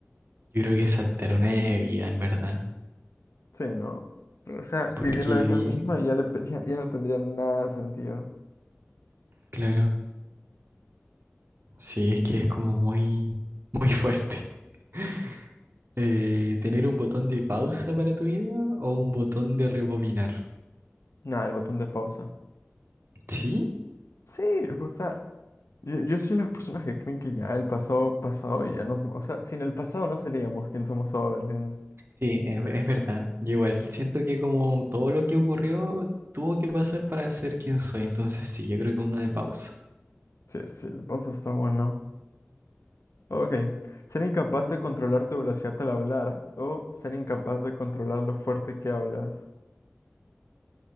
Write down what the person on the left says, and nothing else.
Sí, ¿no? O sea,
vivir la
vida misma y ya, le, <laughs> ya, ya no tendría nada de sentido.
Nada, el botón de pausa.
Sí, pues, o sea, Yo, yo soy las personas que creen que ya el pasado, pasado y ya nos... O sea, sin el pasado no seríamos quien somos ahora, ¿entiendes?
Sí, sí, el pasado está bueno. Ok. Ser incapaz de controlar tu velocidad al hablar o ser incapaz de controlar lo fuerte que hablas.